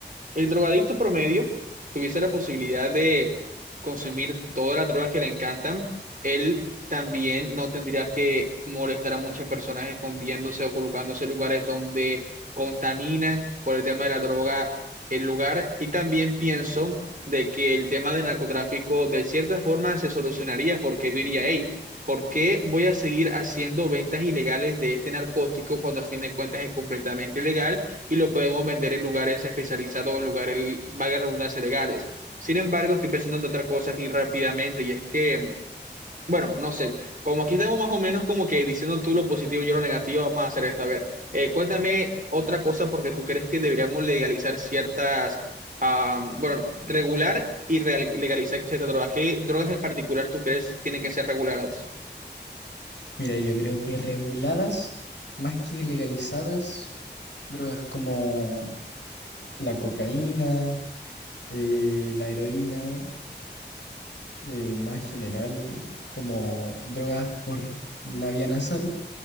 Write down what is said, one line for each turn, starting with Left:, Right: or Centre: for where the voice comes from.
Right: el drogadicto promedio tuviese la posibilidad de consumir todas las drogas que le encantan, él también no tendría que molestar a muchas personas escondiéndose o colocándose en lugares donde contaminan por el tema de la droga el lugar. Y también pienso de que el tema del narcotráfico de cierta forma se solucionaría porque él diría, hey, ¿por qué voy a seguir haciendo ventas ilegales de este narcótico cuando a fin de cuentas es completamente ilegal? y lo podemos vender en lugares especializados o en lugares, valga la redundancia, legales. Sin embargo, estoy pensando en otra cosa aquí rápidamente y es que, bueno, no sé, como aquí estamos más o menos como que diciendo tú lo positivo y yo lo negativo, vamos a hacer esto. A ver, eh, cuéntame otra cosa porque tú crees que deberíamos legalizar ciertas, ah, bueno, regular y real- legalizar ciertas drogas. ¿Qué drogas en particular tú crees tienen que ser reguladas?
Left: Mira, yo creo que reguladas, más que legalizadas, drogas como la cocaína, eh, la heroína eh, más general, como drogas por la vía nasal,